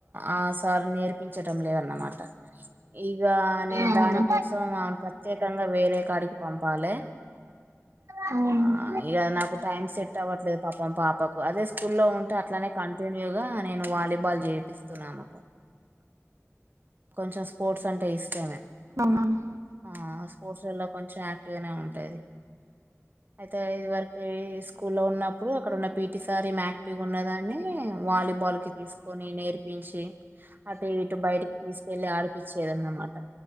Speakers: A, on the right; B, on the right.
A: ఆ సార్ నేర్పించటం లేదన్నమాట ఇగ నే
B: అవునా
A: దాని కోసం ఆమెను ప్రత్యేకంగా వేరే కాడికి పంపాలె
B: అవును
A: ఆ ఇగ నాకు టైం సెట్ అవ్వట్లేదు పాపం పాపకు అదే స్కూల్లో ఉంటే అట్లానే కంటిన్యూ గా నేను వాలీబాల్ చేపిస్ తున్ ఆమెకు కొంచెం స్పోర్ట్స్ అంటే ఇష్టమే
B: అవునా
A: ఆ స్పోర్ట్స్ లల్లో కొంచెం యాక్టివ్ గానే ఉంటది అయితే ఇది వరకూ ఏ స్కూల్ లో ఉన్నప్పుడు అక్కడున్న పి టి సార్ ఈమె యాక్టివ్ గున్నదాన్ని వాలీబాల్ కి తీసుకొని నేర్పించి అటూ ఇటూ బయటికి తీసుకువెళ్ళి ఆడిపిచ్చేదన్నమాట